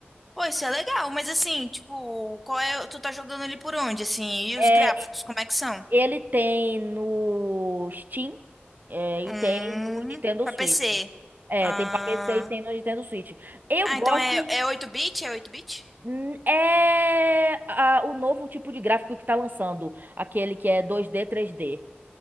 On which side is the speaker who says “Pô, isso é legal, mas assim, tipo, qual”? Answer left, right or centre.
Centre